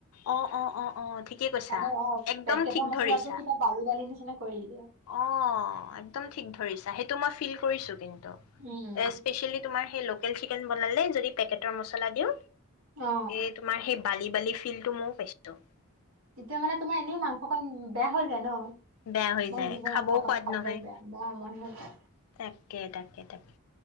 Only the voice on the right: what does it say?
মানে অ
পেকেটৰ
মছলাটো
কিবা বালি বালি নিচিনা কৰি দিয়ে
উম
অ
তেতিয়া মানে তোমাৰ এনেই মাংসকন বেয়া হৈ যায় ন?
ইমান
ধুনীয়া
মাংসকণ
খাবলৈ
বেয়া বেয়া মন নাযায়